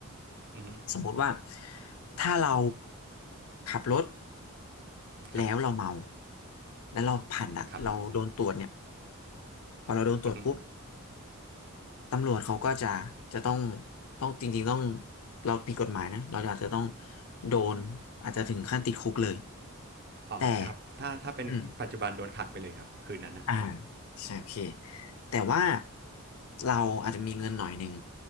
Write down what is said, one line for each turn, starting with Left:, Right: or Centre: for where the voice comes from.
Right: อือฮึ
Left: สมมติว่าถ้าเราขับรถแล้วเราเมา
Right: ครับ
Left: แล้วเราผ่านด่ะเราโดนตรวจเนี่ย
Right: ครับผม
Left: พอเราโดนตรวจปุ๊บ
Right: อือฮึ
Left: ตำรวจเขาก็จะจะต้องต้องจริงๆต้องเราผิดกฎหมายนะเราอาจจะต้องโดนอาจจะถึงขั้นติดคุกเลย
Right: อ๋อครับถ้าถ้าเป็นปัจจุบันโดนขังไปเลยครับคืนนั้นอะ
Left: แต่อืม อ่าใช่โอเคแต่ว่าเราอาจจะมีเงินหน่อยหนึ่ง